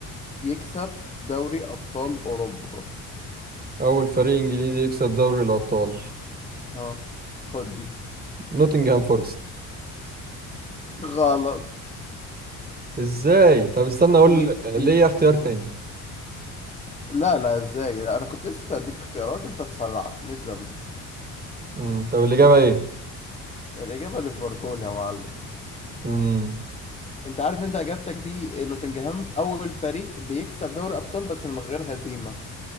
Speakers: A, on the left; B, on the right.
A: يكسب دوري ابطال اوروبا
B: اول فريق انجليزي يكسب دوري الابطال
A: ها خد دي
B: نوتنغهام فورست
A: غلط
B: ازاي طب استنى اقول
A: إيه-
B: ليه
A: إيه-
B: اختيار
A: إيه.
B: تاني
A: لا لا ازاي لا انا كنت لسه هديك اختيارات انت اتسرعت مش ذنبي
B: امم طب الاجابه ايه
A: الاجابه ليفربول يا معلم
B: امم
A: انت عارف انت اجابتك دي نوتنجهام اول فريق بيكسب دوري ابطال بس من غير هزيمه